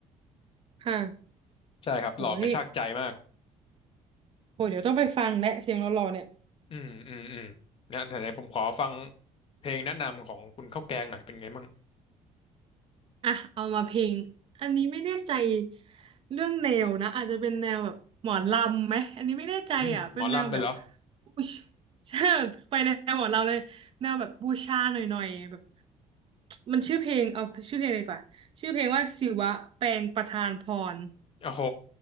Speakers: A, on the right; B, on the left.
A: ค่ะ
B: ใช่ครับหล่อกระชากใจมาก
A: โหนี่โหเดี๋ยวต้องไปฟังและเสียงหล่อๆเนี่ย
B: อืมอืมอืมนะแต่ไหนผมขอฟังเพลงแนะนำของคุณข้าวแกงหน่อยเป็นไงบ้าง
A: อ่ะเอามาเพลงอันนี้ไม่แน่ใจเรื่องแนวนะอาจจะเป็นแนวแบบหมอลำไหมอันนี้ไม่แน่ใจอ่ะเป็นแนวแบบ
B: อืมหมอลำเลยเหรอ
A: บูชิ <laughs> ญไปแนวหมอลำเลยแนวแบบบูชาหน่อยๆแบบมันชื่อเพลงเอาชื่อเพลงเลยดีกว่าชื่อเพลงว่าศิวะแปลงประธานพร
B: โอ้โห